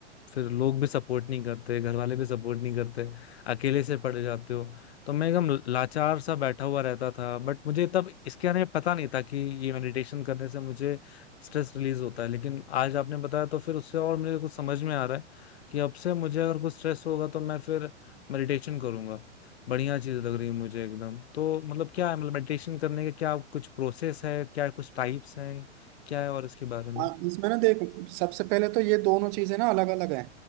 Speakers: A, on the left; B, on the right.
A: फिर लोग भी सपोर्ट नहीं करते घर वाले भी सपोर्ट नहीं करते अकेले से पड़ जाते हो तो मैं एकदम लाचार सा बैठा हुआ रहता था बट मुझे तब इसके बारे में पता नहीं था कि ये मेडिटेशन करने से मुझे स्ट्रेस रिलीज होता है लेकिन आज आपने बताया तो फिर उससे और मुझे कुछ समझ में आ रहा है कि अब से मुझे अगर कुछ स्ट्रेस होगा तो मैं फिर मेडिटेशन करूंगा बढ़िया चीज लग रही है मुझे एकदम तो मतलब क्या है मतलब मेडिटेशन करने के क्या कुछ प्रोसेस है क्या कुछ टाइप्स हैं क्या है और इसके बारे में
B: हाँ, इसमें ना देख सबसे पहले तो ये दोनों चीजें ना अलग अलग हैं